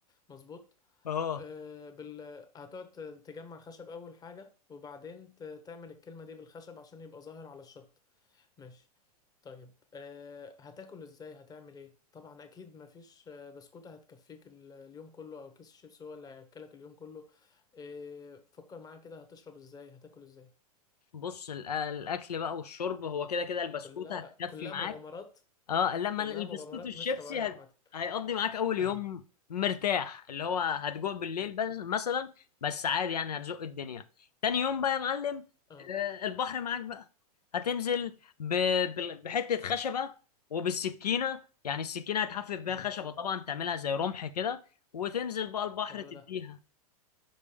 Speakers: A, on the left; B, on the left.
A: مظبوط
B: اه
A: آه، بال... هتقعد ت- تجمع خشب أول حاجة وبعدين ت... تعمل الكلمة دي بالخشب عشان يبقى ظاهر على الشط ماشي طيب أه... هتاكل ازاي هتعمل ايه طبعا اكيد مفيش آه، بسكوتة هتكفيك ال... اليوم كله او كيس الشيبس هو اللي هياكلك اليوم كله أه... فكر معايا كده هتشرب ازاي هتاكل ازاي
B: بص الأ- الاكل بقى والشرب هو كده كده البسكوته
A: كلها
B: هتكفي
A: كلها
B: معاك
A: مغامرات
B: اه لما
A: كلها
B: البسكوت
A: مغامرات
B: والشيبسي
A: مش طبيعية عامة
B: هت... هيقضي معاك اول
A: <laughs>
B: يوم مرتاح اللي هو هتجوع بالليل
A: م-
B: بس مثلا بس عادي يعني هتزق الدنيا تاني يوم بقى يا معلم
A: اه
B: آه، البحر معاك بقى هتنزل ب... بال- بحته خشبه وبالسكينه يعني السكينه هتحفف بيها
A: ماشي
B: خشبه طبعا تعملها زي رمح كده وتنزل بقى البحر
A: حلو
B: تديها
A: ده